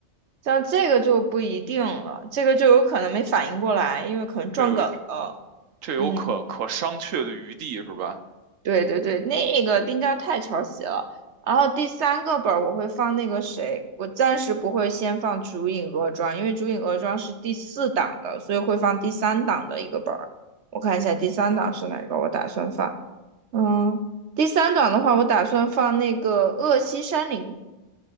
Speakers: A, on the right (about 65°); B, on the right (about 85°).
A: 像这个就不一定了，这个就有可能没反应过来，因为可能撞梗了。
B: 这个这有可可商榷的余地是吧？
A: 嗯。对对对，那个冰雕太抄袭了。然后第三个本儿我会放那个谁，我暂时不会先放《烛影恶庄》，因为《烛影恶庄》是第四档的，所以会放第三档的一个本儿。我看一下第三档是哪个，我打算放。嗯，第三档的话，我打算放那个《恶西山林》。